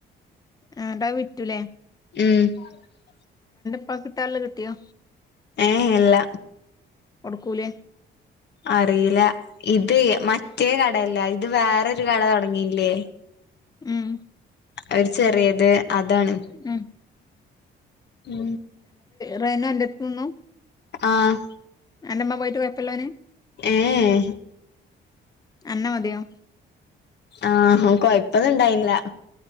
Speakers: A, on the left; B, on the left.
A: ആ ന്നട്ടവ്വിറ്റൂലെ.
B: മ്മ്...
A: പ്പാക്ക് കിട്ടാള്ള് കിട്ടിയോ.
B: ഏ അല്ല
A: കൊടുക്കൂലേ
B: അറീല ഇതേ മറ്റേ കടയല്ല ഇത് വേറൊരു കട തൊട്ങ്ങീല്ലേ.
A: ഉം
B: ഒരു ചെറിയത് അതാണ്
A: ഉം
B: ഉ
A: റനു അൻ്റട്ത്തുന്നു.
B: ആഹ
A: എന്റെമ്മ പോയിട്ട് കുഴപ്പല്ലന്
B: ഏ ഏ
A: അന്ന മതിയോ
B: ആഹ കൊഴപ്പൊന്നുണ്ടായില്ല.